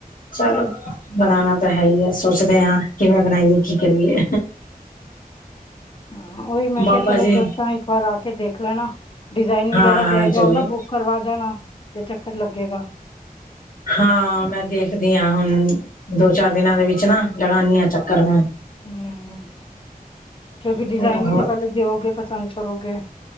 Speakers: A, on the left; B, on the left.
A: ਚਲੋ ਬਨਾਨਾ ਤਾਂ ਹੈ ਈ ਐ ਸੋਚਦੇ ਆ ਕਿਵੇਂ ਬਨਾਈਏ ਕੀ ਕਰੀਏ।
B: ਹਾਂ ਉਈ ਮੈਂ
A: ਬਾਬਾ
B: ਕਿਆ ਚਲੋ
A: ਜੀ
B: ਦੱਸਾਂ ਇ ਵਾਰ ਆ ਕੇ ਦੇਖ ਲੈਨਾ ਡਿਜ਼ਾਇਨ
A: ਹਾਂ
B: ਵਗੈਰਾ
A: ਹਾਂ
B: ਜੇਹ ਜਾ
A: ਜ਼ਰੂਰ
B: ਓ ਨਾ ਬੁੱਕ ਕਰਵਾ ਜਾਨਾ ਜੇ ਚੱਕਰ ਲੱਗੇਗਾ।
A: ਹਾਂ ਮੈਂ ਦੇਖਦੀ ਆ ਹੁਨ ਦੋ ਚਾਰ ਦਿਨਾਂ ਦੇ ਵਿੱਚ ਨਾ ਲਗਾਨੀ ਆਂ ਚੱਕਰ ਮੈਂ।
B: ਹੂੰ ਕਿਓਂਕਿ
A: ਮੈਂ
B: ਡਿਜ਼ਾਇਨ ਵੀ ਤਾਂ ਪੈਲਾਂ ਦੇਓਗੇ ਪਸੰਦ ਕਰੋਗੇ।